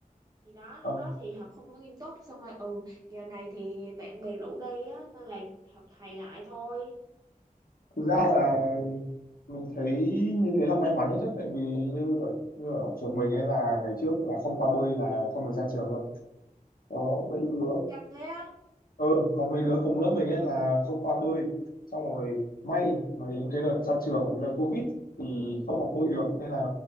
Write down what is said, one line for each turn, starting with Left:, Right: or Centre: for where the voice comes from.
Right: thì đó lúc
Left: Ờ.
Right: đó thì học không có nghiêm túc xong rồi ừ giờ này thì bạn bè rủ đi á nên là học thầy lại thôi
Left: thực ra là mình thấy như thế là may mắn đấy chứ tại vì như ở, như ở trường mình ấy là ngày trước là không qua bơi là không được ra trường luôn có mấy đứa
Right: căng thế á
Left: ờ có mấy đứa cùng lớp mình ấy là không qua bơi xong rồi may mà đến cái đợt ra trường là cái đợt covid thì không học bơi được nên là